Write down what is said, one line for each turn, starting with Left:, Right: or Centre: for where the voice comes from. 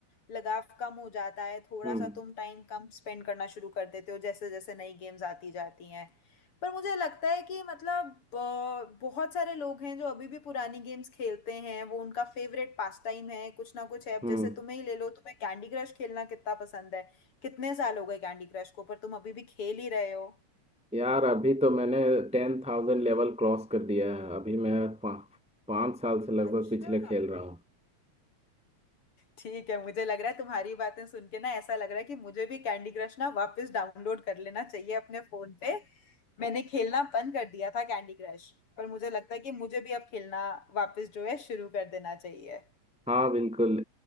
Left: लगाव कम हो जाता है थोड़ा
Centre: हम्म
Left: सा तुम टाइम कम स्पेंड करना शुरू कर देते हो जैसे जैसे नई गेम्स आती जाती हैं पर मुझे लगता है कि मतलब अ, बहुत सारे लोग हैं जो अभी भी पुरानी गेम्स खेलते हैं वो उनका फेवरेट पास टाइम है कुछ ना कुछ है अब
Centre: हम्म
Left: जैसे तुम्हें ही ले लो तुम्हें कैंडी क्रश खेलना कितना पसंद है कितने साल हो गए कैंडी क्रश को पर तुम अभी भी खेल ही रहे हो
Centre: यार अभी तो मैंने टेन थाउजेंड लेवल क्रॉस कर दिया है अभी मैं पा, पाँच साल से लगभग
Left: अच्छा
Centre: पिछले खेल रहा हूँ
Left: ठीक है मुझे लग रहा है तुम्हारी बातें सुन के ना ऐसा लग रहा है कि मुझे भी कैंडी क्रश ना वापस डाउनलोड कर लेना चाहिए अपने फोन पे मैंने खेलना बंद कर दिया था कैंडी क्रश पर मुझे लगता है कि मुझे भी अब खेलना वापस जो है शुरू कर देना चाहिए
Centre: हाँ बिल्कुल